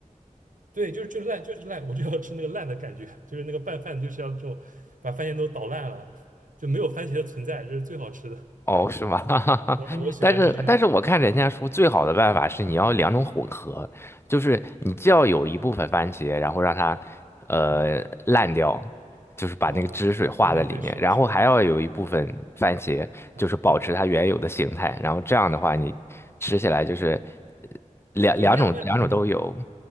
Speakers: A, on the right; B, on the left.
A: 对，就是就烂，就是烂，我就要吃那个烂的感觉，就是那个拌饭就是要这种，把番茄都捣烂了，就没有番茄的存在，这是最好吃的。
B: 哦，是吗？<laughs>
A: 嗯我喜欢吃这样的。
B: 但是，但是我看人家说最好的办法是你要两种混合，就是你既要有一部分番茄，然后让它呃烂掉，
A: 嗯
B: 就是把那个汁水化在里面，
A: 啊，对对对，是的，
B: 然后还要有一部分番茄，
A: 是的，嗯，
B: 就是保持它原有的形态，
A: 对
B: 然后这样的话你吃起来就是呃两两种两种都有。
A: 对，那样那样肯定更